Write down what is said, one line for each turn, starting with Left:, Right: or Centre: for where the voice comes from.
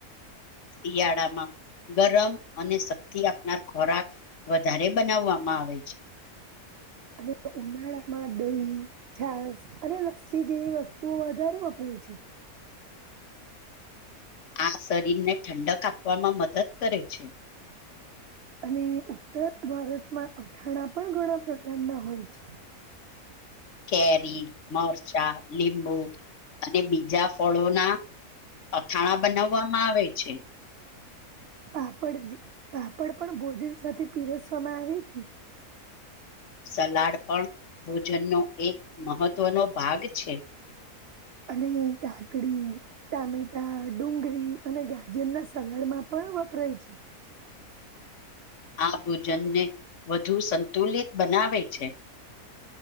Left: શિયાળામાં ગરમ અને શક્તિ આપનાર ખોરાક વધારે બનાવવામાં આવે છે
Right: અને ઉનાળામાં દહી છાસ અને લસ્સી જેવી વસ્તુઓ વધારે વપરા જી છે
Left: આ શરીરને ઠંડક આપવામાં મદદ કરે છે
Right: અને ઉત્તર ભારતમાં અથાણા પણ ઘણા પ્રકારના હોય છે
Left: કેરી મરચાં લીંબુ અને બીજા ફળોના અથાણા બનાવવામાં આવે છે
Right: પાપડ પાપડ પણ ભોજન સાથે પીરસવામાં આવે છે
Left: સલાડ પણ ભોજનનો એક મહત્વનો ભાગ છે
Right: અને કાકડી ટામેટા ડુંગરી અને ગાજર ના સલાડ માં પણ રહી છે
Left: આ ભોજનને વધુ સંતુલિત બનાવે છે.